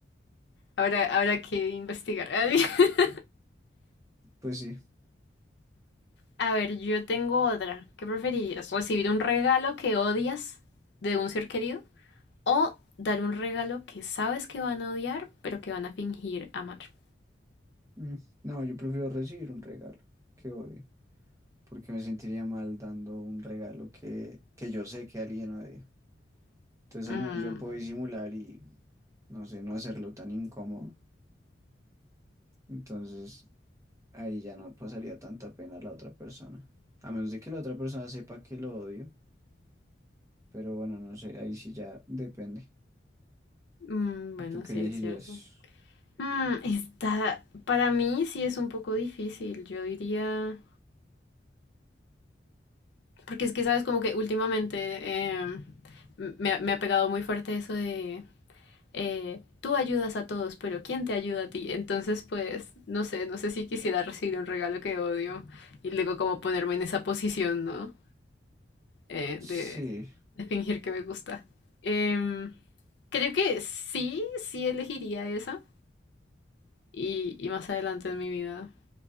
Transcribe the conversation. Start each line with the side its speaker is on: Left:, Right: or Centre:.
Left: ahora habrá habrá que investigar. <laughs>
Right: Pues sí.
Left: A ver, yo tengo otra. ¿Qué preferirías? ¿Recibir un regalo que odias de un ser querido? ¿O dar un regalo que sabes que van a odiar, pero que van a fingir amar?
Right: mm, No, yo prefiero recibir un regalo. Qué odio. porque me sentiría mal dando un regalo que, que yo sé que alguien odia. Entonces
Left: Mm,
Right: al menos yo puedo disimular y, no sé, no hacerlo tan incómodo. Entonces ahí ya no pasaría tanta pena a la otra persona. A menos de que la otra persona sepa que lo odio, pero bueno, no sé, ahí sí ya depende.
Left: mm, bueno,
Right: ¿Tú qué
Left: sí,
Right: elegirías?
Left: es cierto. Mm, está, para mí sí es un poco difícil. Yo diría Porque es que, sabes, como que últimamente em, me, ha me ha pegado muy fuerte eso de eh, tú ayudas a todos, pero ¿quién te ayuda a ti? Entonces, pues, no sé, no sé si quisiera recibir un regalo que odio y luego como ponerme en esa posición, ¿no? Eh,
Right: Sí,
Left: de, de fingir que me gusta. Em, creo que sí, sí elegiría esa y, y más adelante en mi vida